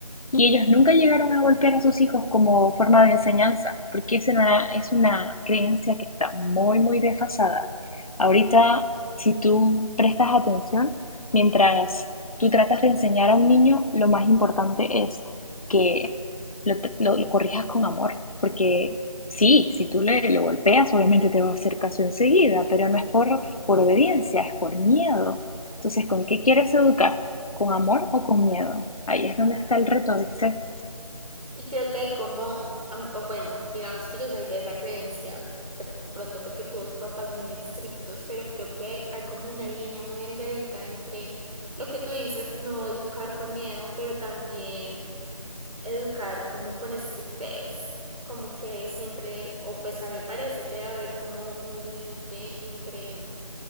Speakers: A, on the left; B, on the right.
A: y ellos nunca llegaron a golpear a sus hijos como forma de enseñanza, porque es una, es una creencia que está muy, muy desfasada. Ahorita, si tú prestas atención, mientras tú tratas de enseñar a un niño, lo más importante es que lo, lo- lo corrijas con amor, porque sí, si tú le, lo golpeas, obviamente te va a hacer caso enseguida, pero no es por, por obediencia, es por miedo. Entonces, ¿con qué quieres educar? ¿Con amor o con miedo? Ahí
B: claro.
A: es donde está el reto, ¿viste?
B: Y creo que hay como, o bueno, digamos que yo soy de esa creencia, de pronto porque tuve papás muy estrictos, pero creo que hay como una línea muy delgadita entre lo que tú dices, no educar con miedo, pero también educar como con estrictez, como que siempre, o pues a mí me parece que debe haber como un límite entre